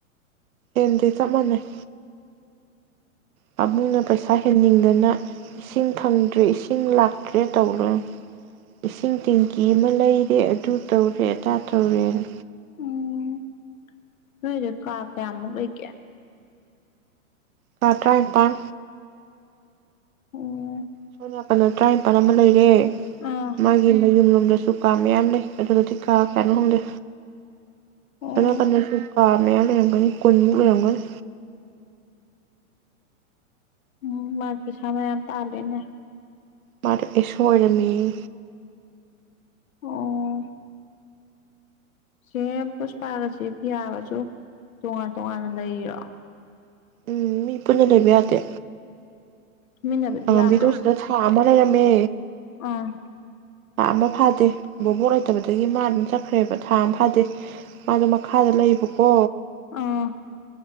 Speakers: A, on the right; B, on the left.
A: ꯍꯦꯟꯗꯦ ꯆꯞ ꯃꯥꯟꯅꯩ ꯄꯥꯕꯨꯡꯅ ꯄꯩꯁꯥ ꯍꯦꯟꯅꯤꯡ ꯑꯗꯨꯗꯅ ꯏꯁꯤꯡ ꯐꯪꯗ꯭ꯔꯦ ꯏꯁꯤꯡ ꯂꯥꯛꯇ꯭ꯔꯦ ꯇꯧꯗꯅ ꯏꯁꯤꯡ ꯇꯦꯡꯀꯤ ꯑꯃ ꯂꯩꯔꯦ ꯑꯗꯨ ꯇꯧꯔꯦ ꯑꯗꯥ ꯇꯧꯔꯦꯅ
B: ꯎꯝ ꯅꯣꯏꯗꯣ ꯀꯥ ꯀꯌꯥꯃꯨꯛ ꯂꯩꯒꯦ
A: ꯀꯥ ꯇꯔꯥꯅꯤꯄꯥꯟ
B: ꯑꯣ
A: ꯁꯣꯝ ꯅꯥꯀꯟꯗ ꯇꯔꯥꯅꯤꯄꯜ ꯑꯃ ꯂꯩꯔꯦ
B: ꯑꯥ
A: ꯃꯥꯒꯤ ꯃꯌꯨꯝ ꯂꯝ ꯑꯗꯨꯁꯨꯨ ꯀꯥ ꯃꯌꯥꯝ ꯂꯩ ꯑꯗꯨ ꯑꯗꯨꯗꯗꯤ ꯀꯥ ꯀꯌꯥꯅꯣ ꯈꯪꯗꯦ
B: ꯑꯣ
A: ꯅ ꯄꯅ <unintelligible> ꯀꯥ ꯃꯌꯥꯝ ꯂꯩꯔꯝꯒꯅꯤ ꯀꯨꯟꯃꯨꯛ ꯂꯩꯔꯝꯒꯅꯤ
B: ꯎꯝ ꯃꯥ ꯄꯩꯁꯥ ꯃꯌꯥꯝ ꯇꯥꯜꯂꯦꯅꯦ
A: ꯃꯥꯗꯣ ꯑꯦꯁꯣ ꯑꯣꯏꯔꯝꯃꯦꯌꯦ
B: ꯑꯣ ꯁꯦ ꯄꯨꯁꯄꯥꯒꯁꯦ ꯄꯤ ꯌꯥꯒꯁꯨ ꯇꯣꯉꯥꯟ ꯇꯣꯉꯥꯟꯅ ꯂꯩꯔꯣ
A: ꯎꯝ ꯃꯤ ꯄꯨꯟꯅ ꯂꯩꯕ ꯌꯥꯗꯦ
B: ꯇꯨꯃꯤꯟꯅꯕꯗꯤ
A: ꯑ
B: ꯌꯥꯕ꯭ꯔꯣ
A: ꯃꯤꯗ ꯃꯦ
B: ꯑꯥ
A: ꯄꯥꯝꯕ ꯐꯥꯗꯦ ꯕꯣꯕꯣꯛ ꯂꯩꯇꯕꯗꯒꯤ ꯃꯥ ꯑꯗꯨꯝ ꯆꯠꯈ꯭ꯔꯦꯕ ꯊꯥ ꯑꯃ ꯐꯥꯗꯦ ꯃꯥꯗꯣ ꯃꯈꯥꯗ ꯂꯩꯌꯦꯕꯀꯣ
B: ꯑꯥ